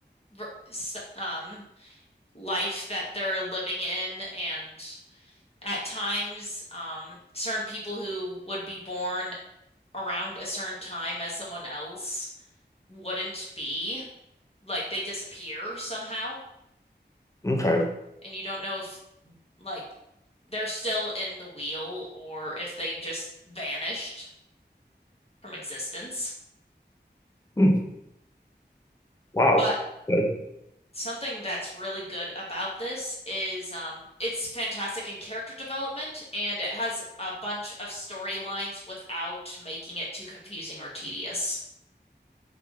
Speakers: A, on the left (about 35°); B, on the left (about 15°).
A: ver- s- um life that they're living in and at times, um, certain people who would be born around a certain time as someone else wouldn't be. Like they disappear somehow,
B: Okay.
A: and you don't know if like they're still in the wheel or if they just vanished from existence.
B: Hmm. Wow.
A: But
B: Okay.
A: something that's really good about this is um, it's fantastic in character development and it has a bunch of storylines without making it too confusing or tedious.